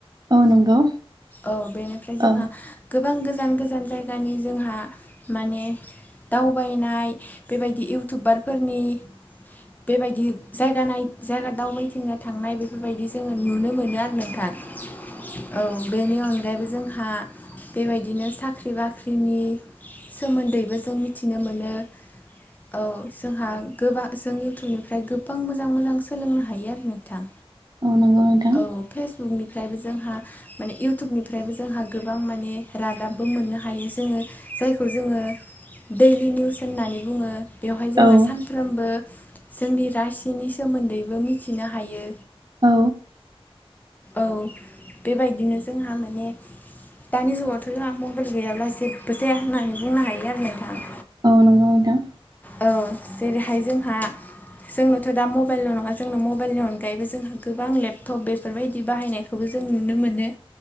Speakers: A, on the right; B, on the left.
A: औ नंगौ
B: औ बेनिफ्राय जोंहा
A: औ
B: गोब बां गोजान गोजान जायगानि जोंहा माने दावबायनाय बेबायदि इउटुबारफोरनि बेबायदि जायगा नाय जायगा दावबायथिंनो थांनाय बेफोरबायदि जोङो नुनो मोनो आरो नोंथां। औ बेनि अन गायैबो जोंहा बेबायदिनो साख्रि बाख्रिनि सोमोन्दैबो जों मि थिनो मोनो औ जोंहा। गोबां जों इयउटुबनिफ्राय गोबां मोजां मोजां सोलोंनो हायो आरो नोंथां।
A: औ नंगौ नोंथां
B: औ फेसबुकनि फ्रायबो जोंहा माने इयउटुबनिफ्रायबो जोंहा गोबां माने रादाबबो मोननो हायो जोङो। जायखौ जोङो दैलि निउस होननानै बुङो बेवहाय जोङो
A: औ
B: सानफ्रोमबो जोंनि रासिनि सोमोन्दैबो मिथिनो हायो।
A: औ।
B: औ बेबायदिनो जोंहा माने दानि जुगावथ' जोंहा मबाइल गैयाब्ला जेबो जाया होननानै बुंनो हायो आरो नोंथाङ।
A: अ नंगौ नोंथां
B: औ जेरैहाय जोंहा जोंनोथ' दा मबाइल' नङा जोंनो मबाइलनि अनगायैबो जोंहा गोबां लेपटप बेफोरबायदि बाहायनायखोबो जों जों नुनो मोनो।